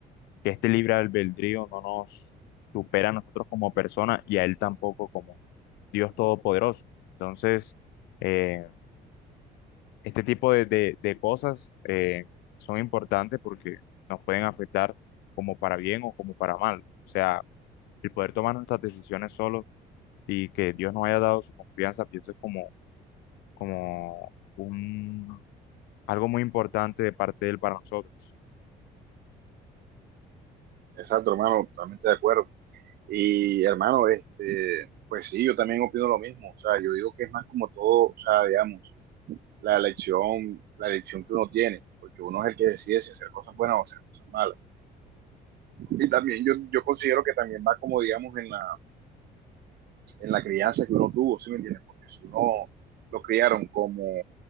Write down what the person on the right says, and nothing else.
Exacto, hermano, totalmente de acuerdo. Y hermano, este, pues sí, yo también opino lo mismo. O sea, yo digo que es más como todo, o sea, digamos, la elección, la elección que uno tiene, porque uno es el que decide si hacer cosas buenas o hacer cosas malas. Y también yo, yo considero que también va como, digamos, en la, en la crianza que uno tuvo, ¿sí me entiendes? Porque si uno lo criaron como